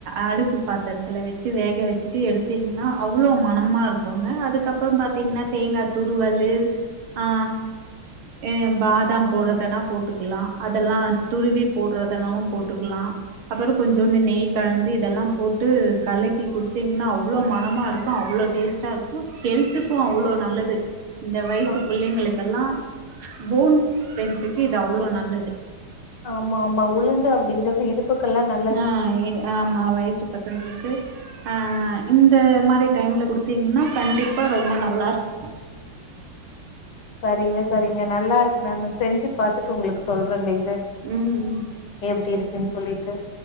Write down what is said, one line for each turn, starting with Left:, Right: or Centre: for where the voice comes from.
Right: அடுக்கு பாத்தரத்தல வெச்சு வேக வெச்சுட்டு எடுத்திங்ன்னா அவ்வளோ மனமா இருக் குங்க அதுக்கப்புறோ பாத்தீங்கன்னா தேங்கா துருவலு ஆ எ பாதாம் போட்றதுன்னா போட்டுக்குலா அதெல்லா துருவி போட்றதுனாலு போட்டுக்குலா அப்புறோ கொஞ்சோண்டு நெய் கலந்து இதெல்லா போட்டு கலக்கி குடுத்தீங்கன்னா அவ்வளோ மனமா இருக்கு அவ்வளோ டேஸ்ட் டாருக்கு ஹெல்த்துக்கு அவ்ளோ நல்லது இந்த வய்சு
Left: ஆ
Right: பிள்ளைங்களுக்கல்லா போன் ஸ்டென்த்துக்கு இது அவ்ளோ நல்லது
Left: ஆமா ஆமா உளுந்து அப்டிங்கிறது இருப்புக்கெல்லா நல்
Right: ஆ இடு ஆமா வய்சு பசங்களுக்கு ஆ ஆ இந்த மாரி டைம்ல குடுத்தீங்கன்னா கண்டிப்பா ரொம்ப நல்லாருக்கு
Left: சரிங்க சரிங்க நல்லாருக்கு நானு செஞ்சு பாத்துட்டு உங்குளுக்கு சொல்றேங்க இது
Right: ம்
Left: எப்டி இருக்குன் சொல்லிட்டு